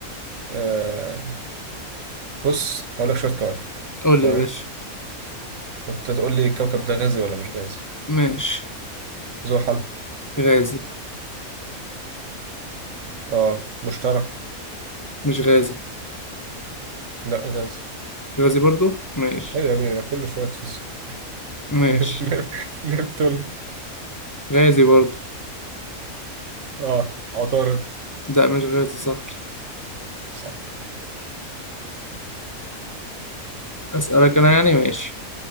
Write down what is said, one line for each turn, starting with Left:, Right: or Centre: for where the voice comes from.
Right: آه... بص هقول لك شوية كواكب
Left: قول
Right: تمام
Left: لي يا باشا
Right: وانت تقول لي الكوكب ده غازي ولا مش غازي
Left: ماشي
Right: زحل
Left: غازي
Right: اه مشتري
Left: مش غازي
Right: لا غازي
Left: غازي برضه؟ ماشي
Right: ايوه يا ابني ده كله شوية فيس
Left: ماشي
Right: <laughs> نبتون
Left: غازي برضه
Right: اه عطارد
Left: لا مش غازي صح
Right: صح
Left: أسألك أنا يعني ماشي